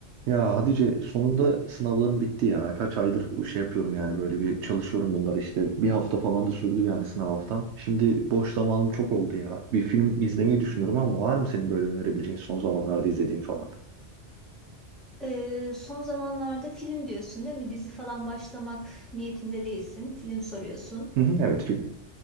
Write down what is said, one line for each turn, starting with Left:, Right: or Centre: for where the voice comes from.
Right: Ya Hatice sonunda sınavlarım bitti ya. Kaç aydır şey yapıyorum yani böyle bir çalışıyorum bunları işte. Bir hafta falan da sürdü yani sınav haftam. Şimdi boş zamanım çok oldu ya. Bir film izlemeyi düşünüyorum ama var mı senin böyle önerebileceğin son zamanlarda izlediğin falan?
Centre: Ee, son zamanlarda film diyorsun değil mi? Dizi falan başlamak niyetinde değilsin. Film soruyorsun.
Right: Hı hı, evet film.